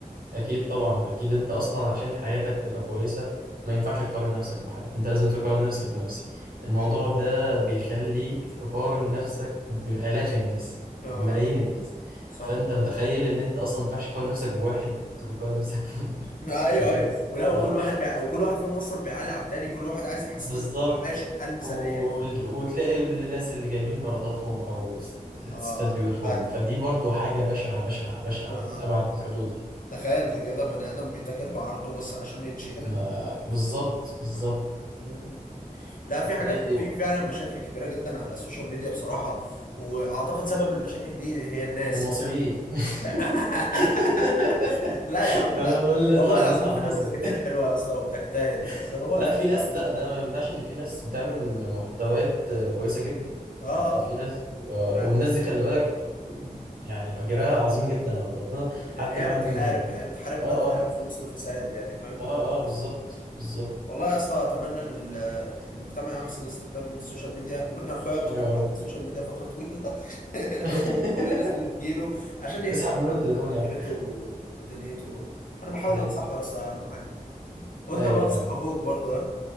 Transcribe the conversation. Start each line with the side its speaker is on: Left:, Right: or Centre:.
Right: أكيد طبعا أكيد أنت أصلا عشان حياتك تبقى كويسة ما ينفعش تقارن نفسك بحد أنت لازم تقارن نفسك بنفسك الموضوع
Left: جدع
Right: ده بيخليك تقارن نفسك بآلاف الناس
Left: اه
Right: بملايين
Left: آه.
Right: الناس
Left: صح
Right: فأنت متخيل إن أنت أصلا ما ينفعش تقارن نفسك بواحد أنت بتقارن نفسك ب-
Left: <laughs>
Right: <laughs>
Left: ايوه
Right: فأنت
Left: ايوه
Right: بت...
Left: ولا وكل
Right: آه
Left: واحد بيع... وكل واحد فيهم اصلا بيعلي على التاني كل واحد عايز يحسسك
Right: بالظبط
Left: ان هو عايش الحياة المثالية
Right: وال- وتلاقي الناس اللي جايبين مراتاتهم أو س-
Left: اه
Right: ستات
Left: اه
Right: بيوتهم
Left: فاهمك
Right: فدي برضو حاجة بشعة بشعة بشعة
Left: اه
Right: لأبعد
Left: آه.
Right: الحدود يعني
Left: تخيل كده بني ادم بيتاجر بعرضه بس عشان يتشهر
Right: آه، بالظبط بالظبط
Left: أنا- مم. لا
Right: ربنا
Left: في حاجات
Right: يهديهم
Left: في فعلا مشاكل كبيره جدا على السوشيال ميديا بصراحه واعتقد سبب المشاكل دي هي الناس
Right: المصريين
Left: <laughs>
Right: <laughs>
Left: لا يا عم
Right: أنا
Left: لا
Right: نقطع
Left: والله
Right: النت
Left: العظيم
Right: على
Left: فينا
Right: المصري
Left: ناس كتير حلوه يا اسطى وبتجتهد بس
Right: <laughs>
Left: هو
Right: لا
Left: الفكره
Right: في ناس لا لا ما يمنعش ان في ناس بتعمل محتويات آه، كويسه جدا
Left: اه
Right: يعني
Left: آه.
Right: في ناس آه،
Left: لا
Right: والناس دي خلي بالك م، يعني اجرها عظيم جدا عند ربنا
Left: لان
Right: حتى
Left: هي
Right: بعد
Left: بتحارب
Right: ما
Left: هي بتحارب
Right: اه
Left: بقى فعلا
Right: اه
Left: في وسط فساد يعني فاهم
Right: اه اه بالظبط بالظبط
Left: والله يا اسطى اتمنى ان ال- المجتمع يحسن استخدام السوشيال ميديا وان اخويا بطل
Right: يا رب
Left: على السوشيال ميديا فتره طويله <laughs>
Right: <laughs>
Left: هو وكل الناس اللي في جيله عشان يهتم
Right: اسحب منه التليفون
Left: بذاكرته
Right: يا عم
Left: ودنيته انا بحاول
Right: ايوه
Left: انصحه يا اسطى اهم حاجه
Right: <laughs>
Left: وانت
Right: ايوه
Left: بنصح اخوك برضه ها